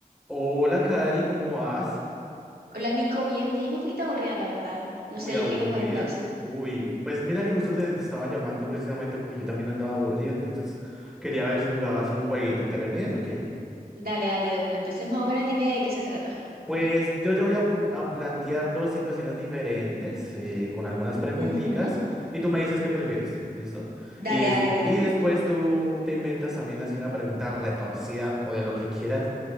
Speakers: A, in the centre; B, on the right.
A: Hola, Cari, ¿cómo vas?
B: Hola Nico, bien, bien, un poquito aburrida la verdad. No
A: Uy,
B: sé,
A: aburrida.
B: ¿qué me cuentas?
A: Uy, pues mira que justo te estaba llamando precisamente porque yo también andaba aburrido, entonces quería ver si jugabas un jueguito. ¿Te le mides o qué?
B: Dale, dale de una. Entonces más o menos dime de qué se trata.
A: Pues yo te voy a, pl- a plantear dos situaciones diferentes eh, con algunas preguntitas
B: Ujú.
A: y tú me dices qué prefieres, ¿listo?
B: Dale,
A: Y, es,
B: dale de
A: y
B: una.
A: después tú te inventas también así una pregunta retorcida o de lo que quieras